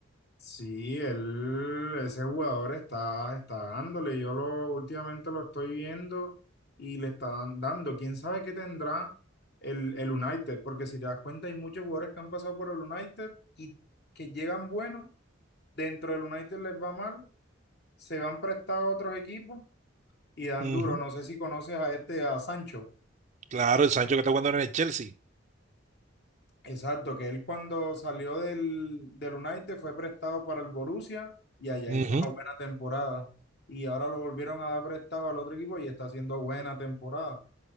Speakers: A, on the left (about 60°); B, on the right (about 35°).
A: Sí, él, ese jugador está, está dándole. Yo lo últimamente lo estoy viendo y le está dan- dando. ¿Quién sabe qué tendrá el, el United? Porque si te das cuenta, hay muchos jugadores que han pasado por el United y que llegan buenos. Dentro del United les va mal, se van prestados a otros equipos y dan
B: Ujú.
A: duro. No sé si conoces a este, a Sancho.
B: Claro, el Sancho que está jugando ahora en el Chelsea.
A: Exacto, que él cuando salió del, del United fue prestado para el Borussia y allá
B: Ujú.
A: hizo una buena temporada. Y ahora lo volvieron a dar prestado al otro equipo y está haciendo buena temporada.